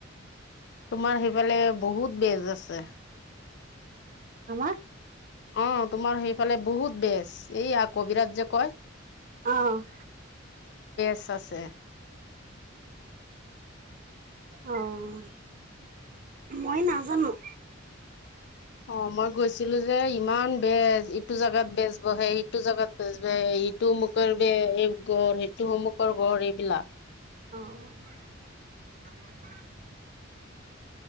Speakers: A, on the left; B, on the right.
A: তোমাৰ সেইফালে বহুত বেজ আছে।
B: আমাৰ?
A: অ', তোমাৰ সেইফালে বহুত বেচ, এইয়া কবিৰাজ যে, কয়।
B: অ'।
A: <unintelligible> আছে।
B: অ', মই নাজানোঁ।
A: অ', মই গৈছিলোঁ যে, ইমান বেজ ইটো জেগাত বেজ বহে, সিটো জেগাত বেজ বহে ইটো অমুকৰ বে-এই গৰ, সেইটো অমুকৰ গৰ এইবিলাক
B: অ'।